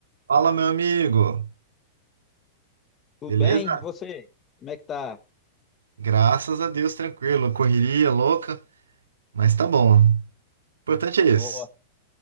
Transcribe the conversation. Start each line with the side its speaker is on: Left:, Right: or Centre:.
Right: Fala, meu amigo.
Left: Tudo
Right: Beleza?
Left: bem? E você? Como é que tá?
Right: Graças a Deus, tranquilo. Correria louca, mas tá bom. O importante é
Left: Nossa,
Right: isso,